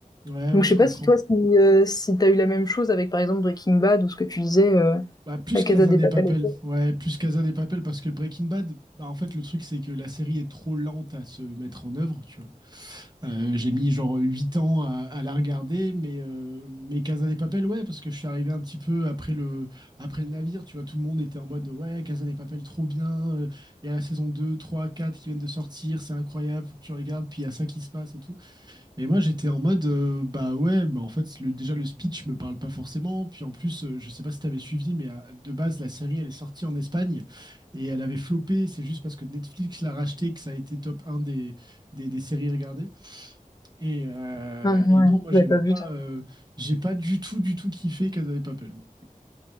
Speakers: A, on the right; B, on the left.
A: ouais,
B: Donc
A: ouais,
B: je
A: je
B: sais
A: comprends.
B: pas si toi, si, euh, si t'as eu la même chose avec par exemple Breaking Bad ou ce que tu disais, euh,
A: Bah, plus
B: La Casa
A: Casa
B: des
A: de
B: Papel
A: Papel.
B: et tout.
A: Ouais, plus Casa de Papel parce que Breaking Bad, bah, en fait, le truc, c'est que la série est trop lente à se mettre en œuvre, tu vois. Euh, j'ai mis genre 8 ans à, à la regarder, mais, euh, mais Casa de Papel, ouais, parce que je suis arrivé un petit peu après le, après le navire, tu vois, tout le monde était en mode ouais, Casa de Papel, trop bien, euh, il y a la saison 2, 3, 4 qui viennent de sortir, c'est incroyable, faut que tu regardes, puis il y a ça qui se passe et tout. Et moi, j'étais en mode, euh, bah ouais, mais en fait, le, déjà le speech me parle pas forcément, puis en plus, euh, je sais pas si t'avais suivi, mais à- de base, la série, elle est sortie en Espagne, et elle avait floppé, c'est juste parce que Netflix l'a racheté que ça a été top un des, des, des séries regardées. Et, euh,
B: Ah,
A: et
B: ouais,
A: non, moi, j'aimais
B: j'avais pas
A: pas.
B: vu ça.
A: euh, j'ai pas du tout, du tout kiffé Casa de Papel. moi.